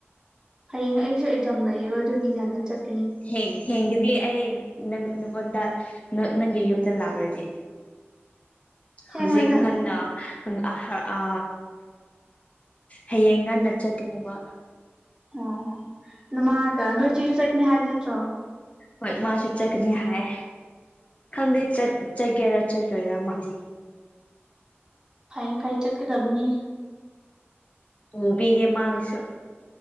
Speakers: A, on the right; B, on the left.
A: ꯍꯌꯦꯡ ꯑꯩꯁꯨ ꯑꯦꯛꯖꯝ ꯂꯩꯌꯦꯕ ꯑꯗꯨꯒꯤ ꯉꯟꯅ ꯆꯠꯦ
B: ꯍꯦꯡ ꯊꯦꯡꯒꯦꯗꯤ ꯑꯩ ꯅꯪ ꯅꯪꯉꯣꯟꯗ ꯅꯪꯒꯤ ꯌꯨꯝꯗ ꯂꯥꯛꯈ꯭ꯔꯗꯤ
A: ꯊꯦꯡꯉꯣꯏꯗ
B: ꯍꯧꯖꯤꯛ ꯉꯟꯅ ꯍ ꯑ ꯍꯌꯦꯡ ꯉꯥꯟꯅ ꯆꯀꯅꯦꯕ
A: ꯑꯣ ꯅꯃꯥꯒ ꯅꯣꯏ ꯆꯤꯁꯨ ꯆꯀꯅꯤ ꯍꯥꯏꯕ ꯅꯠꯇ꯭ꯔꯣ
B: ꯍꯣꯏ ꯃꯥꯁꯨ ꯆꯠꯀꯅꯤ ꯍꯥꯏ ꯈꯪꯗꯦ ꯆꯠꯒꯦꯔꯥ ꯆꯠꯂꯣꯏꯔꯥ ꯃꯥꯒꯤ
A: ꯐꯩ ꯐꯩ ꯆꯠꯀ ꯗꯝꯅꯤ
B: ꯄꯨꯕꯤꯒꯦ ꯃꯍꯥꯛꯁꯨ